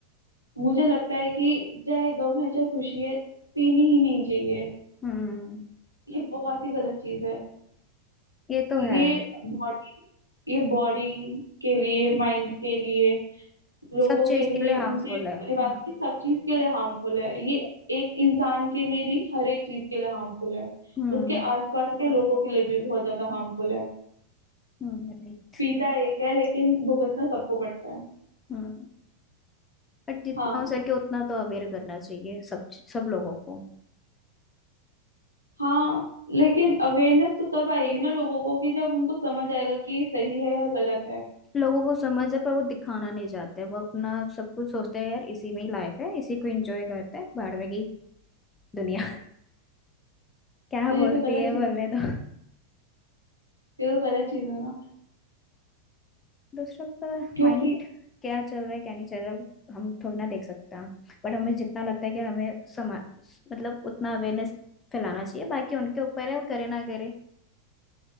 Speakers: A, on the right; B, on the left.
A: मुझे लगता है कि चाहे गम है चाहे खुशी है पीनी ही नहीं चाहिए
B: हम्म,
A: ये बहुत ही गलत चीज है
B: ये तो
A: ये
B: है
A: बॉडी ये बॉडी के लिए माइंड के लिए लोगों
B: सब
A: के
B: चीज
A: लिए
B: के लिए हार्मफुल
A: उनके परिवार
B: है हाँ
A: की सब चीज के लिए हार्मफुल है ये एक इंसान के लिए नहीं हर एक चीज के लिए हार्मफुल है
B: हम्म
A: उसके आसपास के लोगों के लिए भी बहुत ज्यादा हार्मफुल है
B: हम्म राइट
A: पीता एक है लेकिन भुगतना सबको पड़ता है
B: हम्म बट जितना
A: हाँ
B: हो सके उतना तो अवेयर करना चाहिए सब सब लोगों को
A: हाँ लेकिन अवेयरनेस तो तब आएगी ना लोगों को कि जब उनको समझ आएगा कि ये सही है या गलत है
B: लोगों को समझ है पर वो दिखाना नहीं चाहते वो अपना सब कुछ सोचते हैं यार इसी में ही लाइफ है इसी को एंजॉय करते हैं बाहर में गई दुनिया क्या
A: तो
B: बोलती
A: ये तो गलत
B: है
A: चीज
B: बोलने
A: है,
B: दो
A: ये तो गलत चीज है ना
B: दूसरों का
A: क्योंकि
B: माइंड क्या चल रहा है क्या नहीं चल रहा है, वो हम थोड़ी ना देख सकता बट हमें जितना लगता है कि हमें समा मतलब उतना अवेयरनेस फैलाना चाहिए बाकी उनके ऊपर है वो करे ना करे